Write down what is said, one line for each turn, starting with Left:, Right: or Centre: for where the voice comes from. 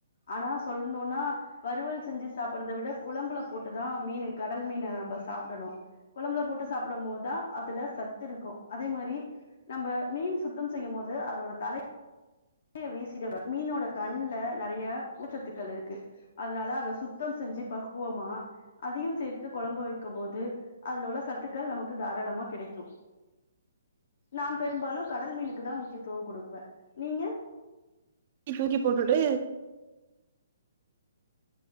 Left: ஆனா சொல்ணுனா வறுவல் செஞ்சு சாப்பிட்றத விட குழம்புல போட்டுதா மீன கடல் மீன நம்ம சாப்படணு கொழம்புல போட்டு சாப்டும் போதா அதுல சத்து இருக்கும் அதே மாரி நம்ப மீன் சுத்தம் செய்யும் போது அதோட தலை ய வீசிட <inaudible> மீனோட கண்ல நெறய ஊச்சத்துக்கள் இருக்கு அதுனால அத சுத்தம் செஞ்சி பக்குவமா அதயும் சேத்து கொழம்பு வைக்கும் போது அதுல உள்ள சத்துக்கள் நமக்கு தாராளமா கிடைக்கும் நான் பெரும்பாலும் கடல் மீனுக்கு தா முக்கியத்துவம் கொடுப்பேன் நீங்க
Right: தூக்கி தூக்கி போட்டுட்டு